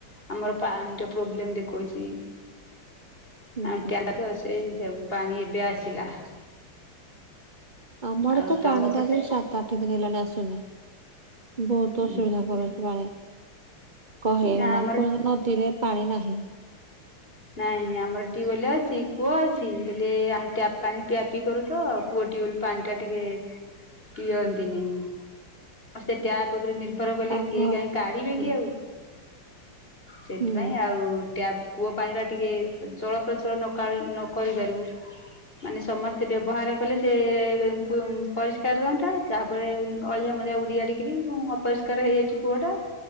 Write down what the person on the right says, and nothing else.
ହୁଁ
ହୁଁ
ଆମଆଡେ
ତ ପାଣି
ଦିକି
ସାତ ଆଠ ଦିନ ହେଲାଣି ଆସୁନି। ବହୁତ ଅସୁବିଧା
କରୁଛି ପାଣି କହେ
ମାନେ କହେ ନଦୀରେ। ପାଣି ନାହିଁ।
ଆଉ
ଘ
ହୁଁ
ହୁଁ